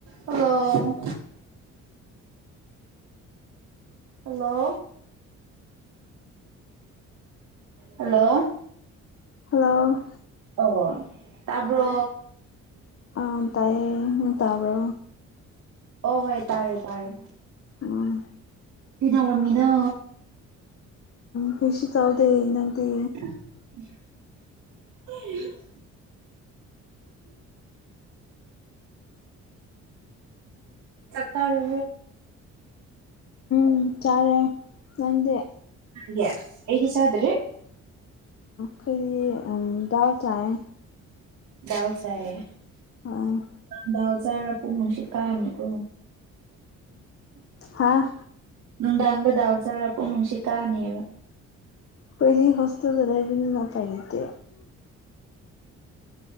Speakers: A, on the right; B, on the left.
A: hello hello hello
B: hello
A: ꯑꯣ ꯇꯕ
B: ꯑꯥ ꯇꯥꯏꯌꯦ ꯇꯥꯕꯣ
A: ꯑꯣ ꯍꯣꯏ ꯇꯥꯔꯦ ꯇꯥꯔꯦ
B: ꯎꯝ
A: ꯀ ꯇꯧꯔꯝꯃꯤꯅꯣ
B: ꯐꯤꯁ ꯆꯂꯗ ꯏꯗꯤ
A: ꯍ ꯆꯠꯇꯥꯔꯣ
B: ꯎꯝ ꯆꯥꯔꯦ ꯈꯪꯗꯦ
A: ꯆꯦ ꯑꯩꯗꯤꯁꯗ꯭ꯔꯦ
B: ꯈꯩꯔꯤ ꯗꯎ ꯆꯌꯦ
A: ꯗꯥꯜ ꯆꯥꯏꯌꯦ
B: ꯎꯝ
A: ꯗꯥꯜ ꯆꯥꯔ ꯄꯨꯡ ꯅꯨꯡꯁꯤ ꯀꯥꯅꯤ ꯀꯣ
B: ꯍꯥꯥ
A: ꯅꯪꯗꯗꯥꯪꯗ ꯗꯥꯥꯎ ꯆꯄ ꯅꯅꯨꯡꯁꯤ ꯀꯥꯅꯤꯕ
B: ꯄꯍꯤ ꯀꯁ ꯆꯂꯥꯏ ꯄ ꯅꯄꯥꯏꯗꯤ